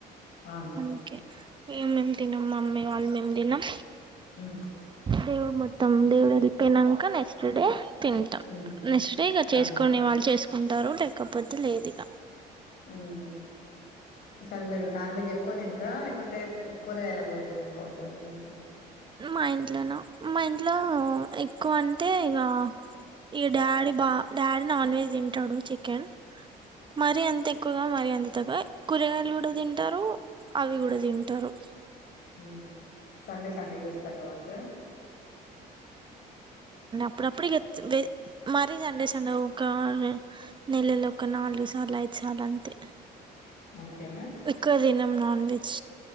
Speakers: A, on the left (about 65°); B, on the right (about 30°).
A: అవును
B: అందుకే ఇగ మీము తినం మమ్మీ వాళ్ళు మీము తినం
A: మ్
B: దేవుడు మొత్తం దేవుడు వెళ్పోనంక నెక్స్ట్ డే తిం
A: ఉమ్
B: నెక్స్ట్ డే ఇగ చేసుకునే
A: అవును
B: వాళ్ళు చేసుకుంటారు లేకపోతే లేదు ఇగ
A: ఉమ్ అసలు మీరు నాన్ వెజ్ ఎక్కువ తింటారా లేకుంటే కూరగాయల భోజనం ఎక్కువ ఉంటద మీ ఇంట్ల
B: మా ఇంట్లన మా ఇంట్ల ఎక్కువ అంటే ఇగ ఈ డాడీ బా డాడీ నాన్ వెజ్ తింటాడు చికెన్ మరి అంత ఎక్కువ్ వగా మరి అంతగా కూరగాయలు కూడా తింటారు అవి కూడా తింటారు
A: మ్ సండే సండే చేస్తారు కావచ్చుగా
B: అప్పుడప్పుడిగ జ్ మరీ సండే సండే ద్ ఒక నెలలో ఒక నాలుగు సార్లు ఐద్ సార్లు అంతే
A: అంతేనా
B: ఎక్కువ తినం నాన్ వెజ్